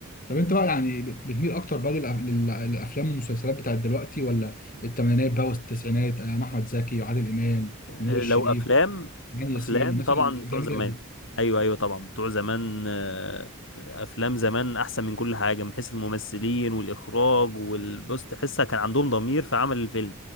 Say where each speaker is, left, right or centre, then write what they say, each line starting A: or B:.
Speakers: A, on the left; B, on the left.
A: طب انت بقى يعني ب- بتميل اكتر بقى للأف- لل- للافلام والمسلسلات بتاعت دلوقتي ولا الثمانينات بقى والتسعينات آه، احمد زكي وعادل امام ونور
B: لو
A: الشريف
B: افلام
A: وهاني
B: افلام
A: ياسين والناس
B: طبعا
A: الجميله
B: بتوع زمان
A: دي
B: ايوه ايوه طبعا بتوع زمان آه، افلام زمان احسن من كل حاجه من حيث الممثلين والاخراج والبص تحسها كان عندهم ضمير في عمل الفيلم